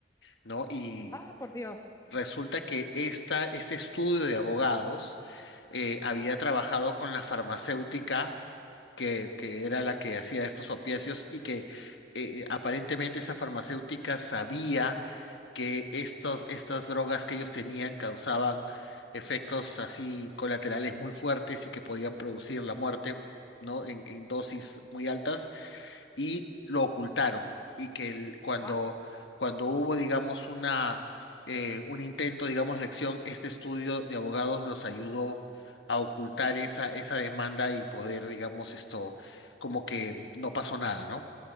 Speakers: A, on the left; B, on the left.
A: ¿no? Y
B: ah, por Dios.
A: resulta que esta, este estudio de abogados eh, había trabajado con la farmacéutica que, que era la que hacía estos opiáceos y que eh, aparentemente esa farmacéutica sabía que estos, estas drogas que ellos tenían causaban efectos así colaterales muy fuertes y que podían producir la muerte, ¿no? En, en dosis muy altas y lo ocultaron. Y que el- cuando,
B: Wow.
A: cuando hubo, digamos, una, eh, un intento, digamos, de acción, este estudio de abogados los ayudó a ocultar esa, esa demanda y poder, digamos, esto, como que no pasó nada, ¿no?